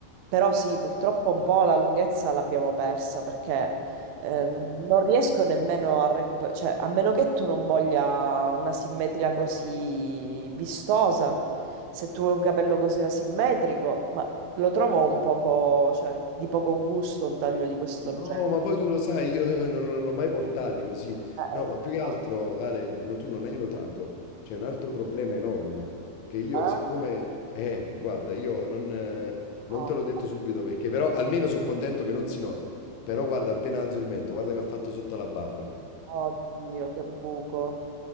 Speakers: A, on the right; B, on the left.
A: però sì, purtroppo un po' la lunghezza l'abbiamo persa perché Eh, non riesco nemmeno a recuperare, cioè, a meno che tu non voglia una simmetria così vistosa, se tu vuoi un capello così asimmetrico, ma lo trovo un poco, cioè, di poco gusto un taglio di questo
B: No,
A: genere.
B: ma poi tu lo sai, io eh, non, non l'ho mai portati così. No,
A: Eh,
B: ma
A: lo
B: più che
A: so,
B: altro, Ale, no, tu non hai notato, c'è un altro problema enorme, che io
A: eh?
B: siccome... Eh, guarda, io non, eh, non
A: Oh,
B: te l'ho detto subito perché però almeno sono contento che non si nota. Però guarda, appena alzo il mento, guarda che ha fatto sotto alla barba.
A: Oddio, che buco,